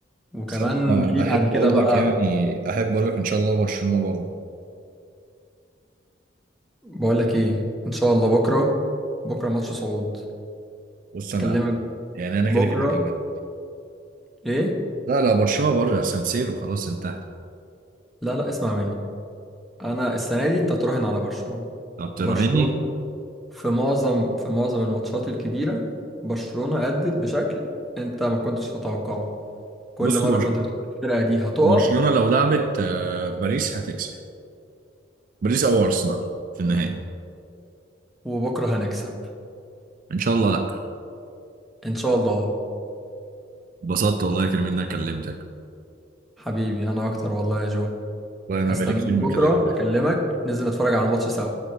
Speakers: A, in the centre; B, on the right.
A: وكمان
B: بس انا
A: في
B: احب
A: بعد كده
B: اقول
A: بقى
B: لك يعني احب اقول لك ان شاء الله برشلونه بره
A: بقول لك ايه ان شاء الله بكره بكره ماتش صعود
B: بص
A: اكلمك
B: انا يعني انا
A: بكره
B: كده كده كده
A: ايه
B: لا لا برشلونه بره سانسيرو خلاص انتهى
A: لا لا اسمع مني انا السنه دي انت هتراهن على برشلونه
B: طب تراهني
A: برشلونه في معظم في معظم الماتشات الكبيره برشلونه ادت بشكل انت ما كنتش تتوقعه كل
B: بص
A: مره
B: بر...
A: كنت بتقول الفرقه دي هتقع
B: برشلونه لو لعبت آه، باريس هتكسب باريس او ارسنال في النهائي
A: وبكره هنكسب
B: ان شاء الله لا
A: ان شاء الله
B: اتبسطت والله يا كريم ان انا كلمتك
A: حبيبي انا اكتر والله يا جو
B: والله انا
A: هستناك
B: بقالي كتير
A: بكره
B: ما كلمتك
A: اكلمك ننزل نتفرج على الماتش سوا